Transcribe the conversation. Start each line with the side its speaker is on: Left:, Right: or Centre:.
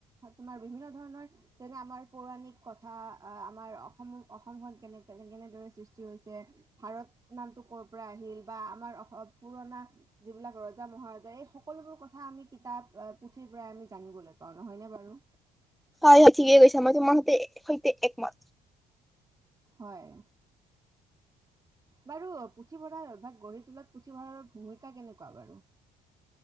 Right: তোমাৰ বিভিন্ন ধৰণৰ যেনে আমাৰ পৌৰাণিক কথা আহ আমাৰ অসম অসমখন কেনে কেনে কেনেদৰে সৃষ্টি হৈছে, ভাৰত নামটো কৰ'ৰ পৰা আহিল বা আমাৰ অসম পুৰণা যিবিলাক ৰজা মহাৰজা এই সকলোবোৰ কথা আমি কিতাপ পুথিৰ পৰাই আমি জানিব লাগিব পাওঁ নহয়নে বাৰু
Centre: হয় ঠিকেই কৈছা মই তোমাৰ সতে সৈতে একমাত
Right: হয় বাৰু পুথিভঁৰাৰ অভ্যাস গঢ়ি তোলাত পুথিভঁৰালৰ ভূমিকা কেনেকুৱা বাৰু